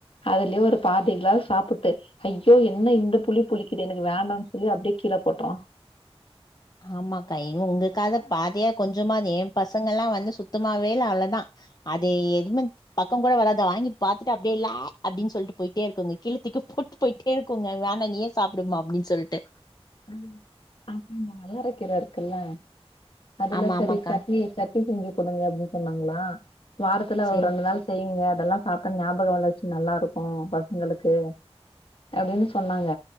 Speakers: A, on the left; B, on the left.
A: அதுலயே ஒரு பாதி கிளாஸ் சாப்புட்டு ஐயோ என்ன இந்த புளி புளிக்குது எனக்கு வேண்டானு சொல்லி அப்டியே கீழே போட்டுறா
B: ஆமாக்கா இனி உங்களுக்காது பாதியா கொஞ்சமாது எ பசங்க எல்லா வந்து சுத்தமாவே இல்ல அவ்ளதா அதே எதுவு பக்க கூட வராது வாங்கி பாத்துட்டு அப்டியே இல்ல ஆ அப்டின்னு சொல்ட்டு போயிட்டே இருக்குங்க கீழ தூக்கி போட் டு போயிட்டே இருக்குங்க வேணா நீயே சாப்டுமா அப்டின் சொல்ட்டு
A: ஆ அப்புற இந்த வல்லரைக் கீர இருக்குல்ல அதுல
B: ஆமா
A: சரி
B: ஆமாக்கா
A: சட்னி சட்னி செஞ்சு கொடுங்க அப்டி சொன்னாங்களா வாரத்துல
B: சேரி
A: ஒரு ரெண்டு நாள் செய்ங்க அதெல்லா சாப்ட்ட ஞாபக வளர்ச்சி நல்லா இருக்கு பசங்களுக்கு அப்டின்னு சொன்னாங்க